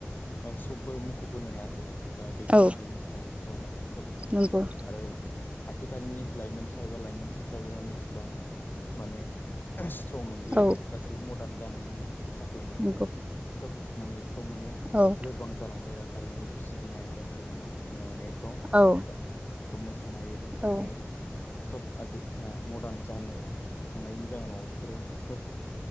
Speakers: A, on the left; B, on the right.
A: आं सबबो म ख' बोनो होनो हायासै एबा दैदेननो
B: औ
A: हायिनि थाखाय राव मानेक। खोब
B: नंगौ
A: आरो आथिखालनि लाइमोनसा एबा लाइमोनसिफ्राबो माने एसेबां माने स्ट्रं नंलिया
B: औ
A: गासिबो मदार्न जानायनि थाखाय माने
B: नंगौ
A: माने फ्रं माने
B: औ
A: लोरबां जालांबाय आरो हारिमु सिबिनाय आरो हारिमु - <unintelligible> फ्राव
B: औ
A: आ मोसानाय रंजानाय
B: औ
A: सब आजि - हा मडार्न जानो थांनायनि जाहोनाव बेफोरो खोब